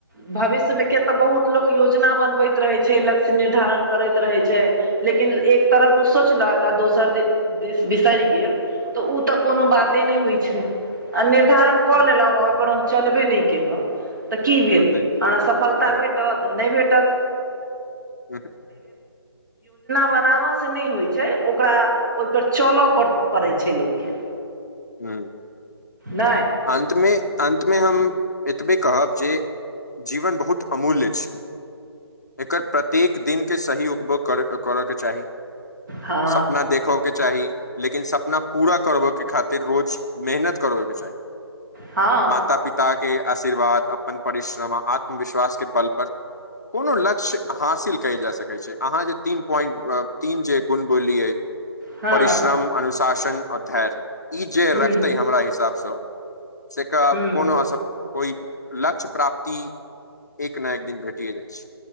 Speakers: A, on the right; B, on the left.
A: भविष्य के तऽ बहुत लोकोग योजना बनबैत रहै छै। लक्ष्य निर्धारण करैत रहै छै। लेकिन एक तरफ ओ सोचलहक दोसर दिस बिसरि गेल तऽ ओ तऽ कोनो बाते नहि होइत छै। आ निर्धारण कऽ
B: हुँ।
A: लेलहुँ आ ओहि पर हम चलबे नहि केलहुँ तऽ की भेल
B: होतै
A: हमरा सफलता
B: हँ
A: भेटत भ
B: ह
A: ब हो छै। ओकरा ओहिपर चलऽ पड़ैत छै। लोक के
B: हू
A: नहि
B: अन्तमे अन्त में हम एतबे कहब जे जीवन बहुत अमूल्य छै। एकर प्रत्येक दिनक के सही उपभोग कर करऽ के चाही
A: हँ
B: सपना देखो के चाही लेकिन सपना पूरा करबय के खातिर रोज मेहनत करबय के चाही
A: हँ
B: माता पिता के आशीर्वाद अप्पन परिश्रम आत्मविश्वास के बल पर कोनो लक्ष्य हासिल कयल जा सकै छै। अहाँ जे तीन पॉइंट तीन जे गुण बोलिय
A: हँ
B: परिश्रम अनुशासन आओर धैर्य ई जे
A: ह
B: रखतै हमरा हिसाबसँ कोनो
A: ह
B: कोनोस कोई लक्ष्य प्राप्ति एक ने एक दिन भेटि जाइ अछि।